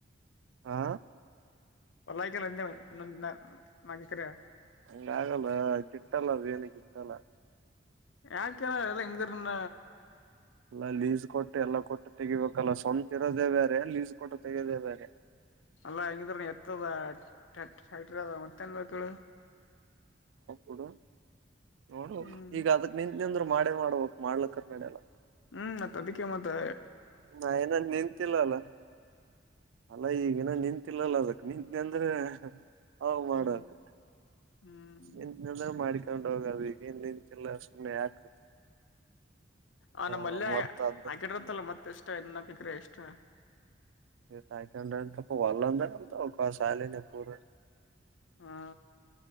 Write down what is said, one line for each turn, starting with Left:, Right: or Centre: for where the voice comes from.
Right: ಹಾ
Left: ಒಲ್ಲಾಯಕಲ್ಲಂದೇ ಇನ್ನೊಂದು ನ ಕ್ರ.
Right: ಹಂಗಾಗಲ್ಲ ಗಿಟ್ಟಲ್ಲ ಬೇನಗಿಟ್ಟಲ್ಲ
Left: ಯಾಕೆನ ಎಲ್ಲ ಹಂಗ ತರಣ.
Right: ಅಲ್ಲ ಲೀಸ್ ಕೊಟ್ಟು ಎಲ್ಲ ಕೊಟ್ಟು ತೆಗಿಬೇಕಲ್ಲ, ಸ್ವಂತ ಇರೋದೆೇ ಬೇರೆ ಲೀಸ್ ಕೊಟ್ಟು ತೆಗೆಯದೆೇ ಬೇರೆ.
Left: ಅಲ್ಲಾ ಹಂಗಿದ್ರ ಎತ್ತದ ಫ್ಯಾಕ್ಟ್ರಿ ಅದ ಮತ್ತೇನ್ ಬೇಕೇಳು.
Right: ಹಡು ನೋಡು,
Left: ಹ್ಮ್
Right: ಈಗ ಅದಕ್ ನಿನ್ ಇಂದ ಅಂದ್ರ್ ಮಾಡ್ಬೇಕಕ್ ಮಾಡ್ಲಕ್ಕ ನ ಮಾಡ್ಯಲ್ಲ.
Left: ಹ್ಮ್ ಮತ್ತ ಅದಕ್ಕೆ ಮತ್ತೆ
Right: ನಾ ಏನ ನಿಂತಲ್ಲ ಅಲ್ಲ ಅಲ್ಲ ಈಗನ ನಿಂತಿಲ್ಲಲ್ಲ ಅದಕ್ಕೆ. ನಿಂತಂದ್ರೆ ಅವ ಮಾಡಕ್
Left: ಹ್ಮ್ ಹ್ಮ್
Right: ನಿಂತಂದ್ರೆ ಮಾಡ. ಕಕೊಂಡ್ ಹೋಗದ ಈಗ ಏನ್ ನಿಂತಲ್ಲ ಸುಮ್ಮ್ನೆ ಯಾಕ.
Left: ಆ
Right: ನಾವ್
Left: ನಮ್ಮ ಮಲ್ಲೆ
Right: ಮತ್ತ ಅದ
Left: ಆಾಕಿಡತ್ತಲ್ಲ ಮತ್ತೆ ಎಷ್ಟ ಇನ್ನಪಿಕ್ರ ಎಷ್ಟ
Right: ನೀ ತಾಕೆ ಉೊಂಡು ತಪ್ಪ ಒಲ್ಲಂದರ ಅಂತ ಒ ಸಾಲಿ ನ ಪೂರ.
Left: ಹಾ.